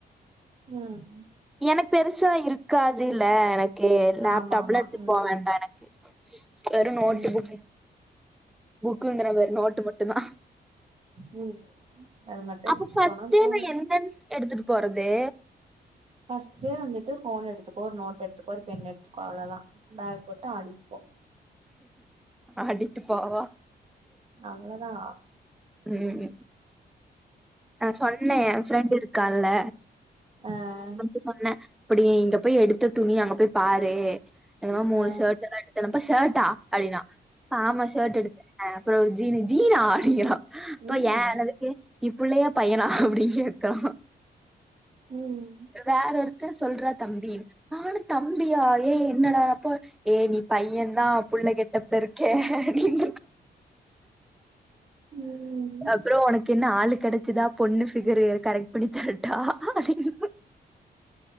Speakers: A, on the right (about 40°); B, in the centre.
A: ம்
B: எனக்கு பெருசா இருக்காதுல்ல எனக்கு லேப்டாப்லட்
A: ஆமா ஆமா ம்
B: போ வேண்டா எனக்கு வேறு நோட்டு
A: ம்
B: புக்கு புக்குங்ற மாறி நோட்டு மட்டு தா
A: ம் அது மட்டு எடுத்துட்டு
B: அப்ப ஃபர்ஸ்ட்
A: போனா
B: டே
A: போது
B: நா என்னன் எடுத்துட்டு போறது
A: ஃபர்ஸ்ட்டு வந்துட்டு போன் எடுத்துக்கோ நோட் எத்துக்கோ ஒரு பென் எடுத்துக்கோ அவ்ளதா பேக் போட்டு ஆடிட்போ
B: ஆடிட்டு போவா
A: அவ்ளதா
B: ம் ம் நா சொன்ன ஏ ஃப்ரெண்ட் இருக்கால்ல
A: அ
B: வந்துட்டு சொன்ன அப்படி இங்க போய் எடுத்த துணிய அங்க போய் பாரு என்னமா மூணு
A: ஆ
B: ஷர்ட் எல்லா எடுத்தப்ப ஷர்ட்டா அடினா ஆ ஆமா ஷர்ட் எடுத் அ அப்புறோ ஒரு ஜீனு ஜீனா அப்டிங்கறா அப்ப
A: ம்
B: ஏ எனது இ நீ புள்ளையா பையனா அப்டின் கேக்கா
A: ம்
B: வேற ஒருத்தர் சொல்றா தம்பி நானு தம்பியா ஏ என்னடாப்போ ஏ நீ பையந் தா புள்ள கெட்டப்ல இருக்க அப்டின்னு
A: ம்
B: அப்புறோ உனக்கு என்ன ஆளு கெடைச்சதா பொண்ணு ஃபிகரு கரெக்ட் பண்ணி தரட்டா அப்டின்னு